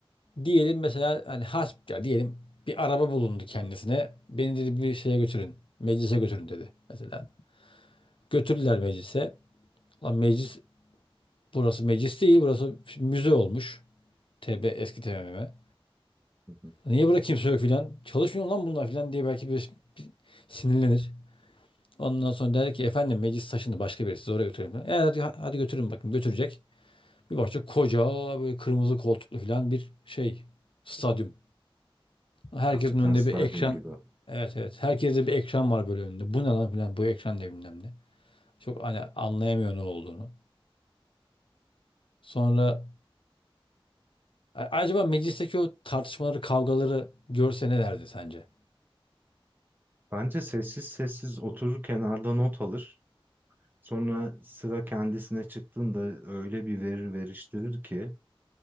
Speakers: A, on the left (about 65°); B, on the right (about 20°).
A: diyelim mesela hani hasp ya diyelim bir araba bulundu kendisine. Beni dedi bir şeye götürün. Meclise götürün dedi mesela. Götürdüler meclise. Lan meclis burası meclis değil burası müze olmuş. TB eski TBMM.
B: Hı hı.
A: Niye burada kimse yok filan? Çalışmıyor lan bunlar filan diye belki bir, bir sinirlenir. Ondan sonra der ki efendim meclis taşındı başka birisi sizi oraya götüreyim. E, hadi, hadi götürün bakın götürecek. Bir bakacak koca böyle kırmızı koltuklu filan bir şey stadyum. Herkesin
B: Hakikaten
A: önünde
B: stadyum
A: bir ekran.
B: gibi.
A: Evet evet herkeste bir ekran var böyle önünde. Bu ne lan filan bu ekran ne bilmem ne. Çok hani anlayamıyor ne olduğunu. Sonra A- Acaba meclisteki o tartışmaları, kavgaları görse ne derdi sence?
B: Bence sessiz sessiz oturur kenarda not alır. Sonra sıra kendisine çıktığında öyle bir verir veriştirir ki